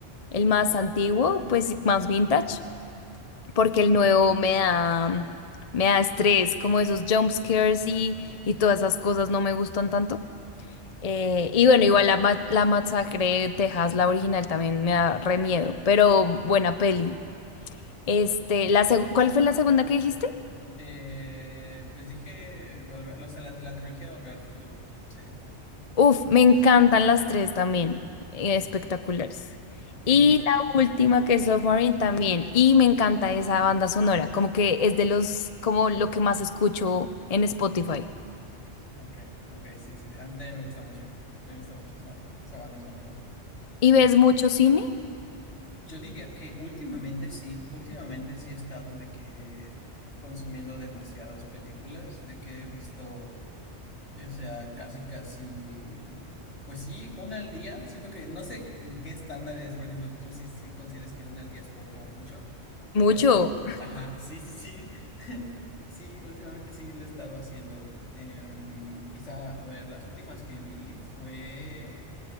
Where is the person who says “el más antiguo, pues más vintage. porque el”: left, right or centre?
Left